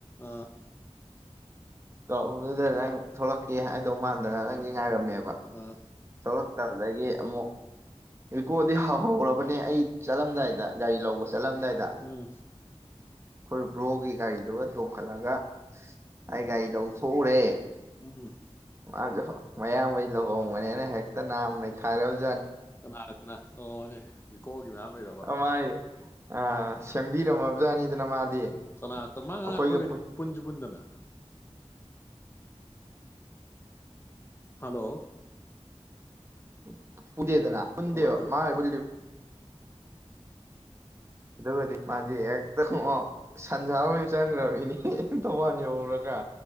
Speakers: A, on the left; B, on the right.
A: ꯑꯥ
B: ꯑꯗꯨꯗ ꯅꯪ ꯊꯣꯛꯂꯛꯀꯦ ꯍꯥꯏꯗꯧ ꯃꯥꯟꯗꯅ ꯅꯪꯒꯤ ꯉꯥꯏꯔꯝꯃꯦꯕ
A: ꯑꯥ
B: ꯊꯣꯛꯂꯛꯇꯕꯗ ꯒꯤ ꯑꯃꯨꯛ ꯔꯤꯀꯣꯗꯤ ꯍꯍꯧꯔꯕꯅꯦ ꯑꯩ ꯆꯠꯂꯝꯗꯥꯏꯗ ꯒꯥꯔꯤ ꯂꯧꯕ ꯑꯁꯂꯗꯏꯗ
A: ꯎꯝ
B: ꯑꯩꯈꯣꯏ ꯕ꯭ꯔꯣꯒꯤ ꯒꯥꯔꯤꯗꯨ ꯒ ꯇꯣꯡꯈꯠꯂꯒ ꯑꯩ ꯒꯥꯔꯤ ꯂꯧꯊꯣꯛꯎꯔꯦ
A: ꯎ
B: ꯃꯥꯗꯣ ꯃꯌꯥꯝꯕꯩ ꯂꯨꯍꯣꯡꯕꯅꯦꯅ ꯍꯦꯛꯇ ꯅꯥꯝ ꯅꯩꯈꯥꯏꯔ ꯍꯧ
A: ꯀꯅꯥꯗꯅ ꯑꯣꯅꯦ ꯉꯃꯗꯕ
B: ꯃꯥꯏ ꯑ ꯁꯦꯝꯕꯤꯔꯝꯃꯕꯖꯥꯠꯅꯤꯗꯅ ꯃꯥꯗꯤ
A: ꯀꯅꯥꯇ ꯃꯥꯡꯉꯥꯡ
B: ꯑꯩꯈꯣꯏꯒ
A: ꯑꯩꯈꯣꯏꯒꯗꯤ ꯄꯨꯟꯁꯤ ꯄꯨꯟꯗꯅ ꯍꯜꯂꯣ
B: ꯎꯝ ꯄꯨꯗꯅ ꯄꯨ
A: ꯀꯃꯥꯏꯅ ꯇꯧꯔꯤ
B: ꯃꯥ ꯄꯨ ꯏꯗꯒꯗꯤ ꯃꯥꯖꯤ ꯑꯦꯗ ꯁꯟꯖꯥ ꯆꯪꯈ꯭ꯔꯃꯤꯅꯦ ꯊꯧꯕꯥꯟ ꯌꯧꯔꯨꯔꯒ